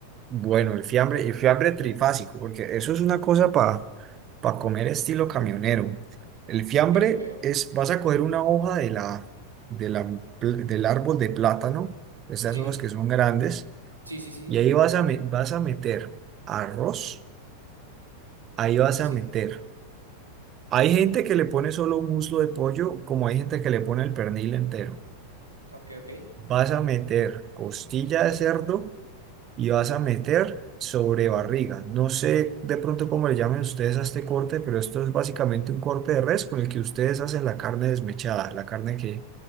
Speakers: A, on the right; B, on the right.
A: Bueno, el fiambre, el fiambre trifásico, porque eso es una cosa para comer estilo camionero. El fiambre
B: Ok, ok.
A: es, vas a coger una hoja de la, de la, pl- del árbol de plátano, esas
B: Sí,
A: hojas que son grandes
B: sí, sí, sí,
A: Y ahí vas a, me- vas a meter arroz, ahí vas
B: sí.
A: a meter. Hay gente que le pone solo un muslo de pollo, como hay gente que le pone el pernil entero.
B: Ok, ok.
A: Vas a meter costilla de cerdo y vas a meter sobre barriga. No sé de pronto cómo le llamen ustedes a este corte, pero esto es básicamente un corte de res con el que ustedes hacen la carne desmechada, la carne que,